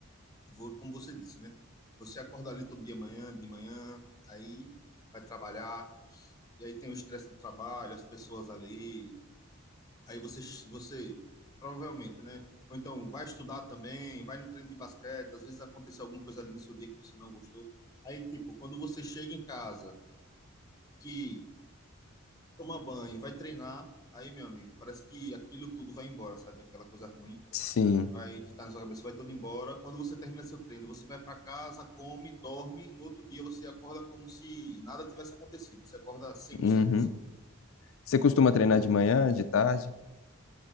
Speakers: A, on the left (about 15°); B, on the left (about 65°).
A: vo- como você disse, né? Você acorda ali todo dia manhã, de manhã, aí vai trabalhar, e aí tem o estresse do trabalho, as pessoas ali. Aí você, você provavelmente, né? Ou então vai estudar também, vai no treino de basquete, às vezes aconteceu alguma coisa ali no seu dia que você não gostou. Aí, tipo, quando você chega em casa, que toma banho, vai treinar, aí, meu amigo, parece que aquilo tudo vai embora, sabe? Aquela coisa ruim
B: Sim.
A: vai que tá na sua cabeça vai todo embora. Quando você termina seu treino, você vai para casa, come, dorme, no outro dia você acorda como se nada tivesse acontecido. Você acorda 100%,
B: Uhum.
A: assim.
B: Você costuma treinar de manhã, de tarde?